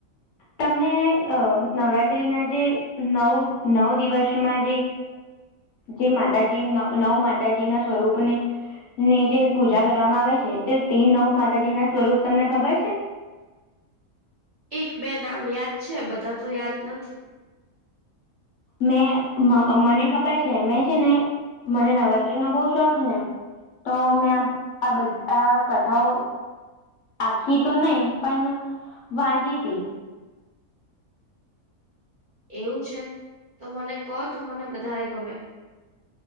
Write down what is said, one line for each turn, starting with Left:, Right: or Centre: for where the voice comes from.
Left: તમને નવરાત્રીના જે નવ નવ દિવસમાં જે જે માતાજી નવ માતાજી ના સ્વરૂપને ની જે પૂજા કરવામાં આવે છે તે તે નવ માતાજી ના સ્વરૂપ તમને ખબર છે.
Right: એક બે નામ યાદ છે બધા તો યાદ નથી.
Left: મે મને ખબર છે મેં છે ને મને નવરાત્રી નો બહુ શોખને. તો મેં આ બધ કથાઓ. આખી તો નહી પણ વાંચી હતી.
Right: એવું છે તો મને કો તો મને વધારે ગમે.